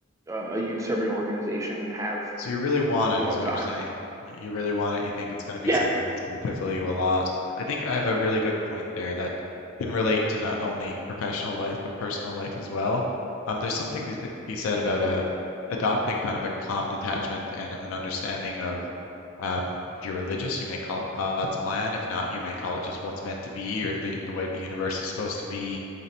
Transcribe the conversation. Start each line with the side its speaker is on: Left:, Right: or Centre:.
Right: uh, a youth serving organization and have
Left: So you really want it,
Right: for a long
Left: is what
Right: time.
Left: you're saying. Y- You really want it. You think it's going to be
Right: Yeah,
Left: something that's going to fulfill you a lot. I think I have a really good point there that can relate to not only professional life but personal life as well. Um, there's something to be said about uh, adopting kind of a calm detachment and an understanding of Um, if you're religious, you may call it God's plan. If not, you may call it just what's meant to be or the the way the universe is supposed to be,